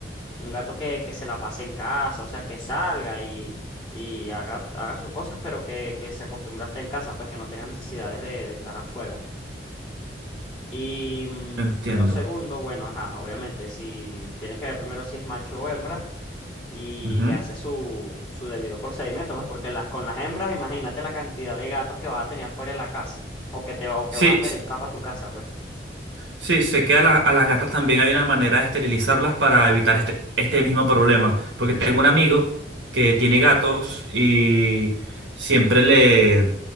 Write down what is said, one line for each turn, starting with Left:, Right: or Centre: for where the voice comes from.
Left: un gato que, que se la pase en casa, o sea, que salga y, y haga, haga sus cosas, pero que, que se acostumbre a estar en casa, pues que no tenga necesidades de, de estar afuera. Y mm,
Right: entiendo.
Left: lo segundo, bueno, ajá, obviamente, si tienes que ver primero si es macho o hembra y
Right: Ujú.
Left: le haces su, su debido procedimiento, pues porque las, con las hembras, imagínate la cantidad de gatos que vas a tener afuera en la casa o que te va- o que
Right: Sí,
Left: van a querer entrar para tu casa, pues.
Right: Sí, sé que a, la- a las gatas también hay una manera de esterilizarlas para evitar este, este mismo problema. Porque tengo un amigo que tiene gatos y siempre le...